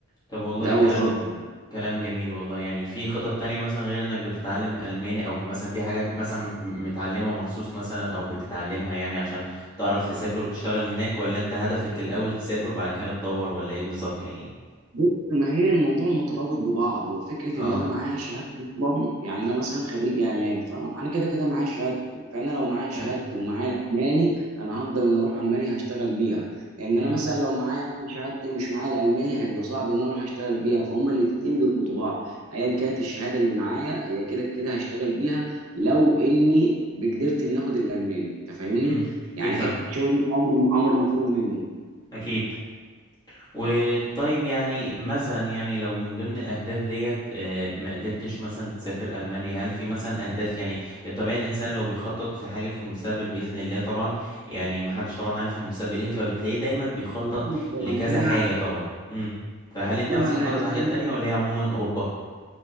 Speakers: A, on the left (about 15°); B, on the right (about 85°).
A: طب والله
B: ده
A: كلام
B: اول خطوه
A: كلام جميل والله يعني في خطط تانية مثلا غير انك بتتعلم الماني او مثلا في حاجات مثلا م- متعلمها مخصوص مثلا او بتتعلمها يعني عشان تعرف تسافر وتشتغل هناك ولا انت هدفك الاول تسافر وبعد كده تدور ولا ايه بالظبط يعني
B: بص ما هي الموضوع مترابط ببعض وفكره
A: اه
B: ان انا معايا شهاده اصلا يعني انا مثلا خريج اعلام فانا انا كده كده معايا شهادتي فانا لو معايا
A: حلو
B: شهادتي ومعايا الالماني انا هقدر ان اروح المانيا هشتغل بيها لان
A: امم
B: انا مثلا لو معايا شهادتي ومش معايا الالماني هيبقى صعب ان انا اروح اشتغل بيها فهم الاثنين بيربطوا بعض ايا كانت الشهاده اللي معايا هي كده كده هشتغل بيها لو اني بقدرت ان اخد الالماني انت فاهمني
A: امم اكيد
B: يعني
A: فاهم.
B: حته الشغل دي امر امر مفروغ منه
A: اكيد وطيب يعني مثلا يعني لو من ضمن الأهداف ديت آه، ما قدرتش مثلا تسافر ألمانيا هل في مثلا أهداف يعني الطبيعي الإنسان لو بيخطط في حاجة في المستقبل بإذن الله طبعا يعني محدش طبعا عارف المستقبل إيه فبتلاقيه دايما بيخطط
B: يعني
A: لكذا
B: انا
A: حاجة طبعا امم فهل أنت
B: احيانا
A: مثلا مخطط
B: يعني زي
A: لحاجات
B: ما
A: تانية
B: بقول لك
A: ولا هي عموما أوروبا؟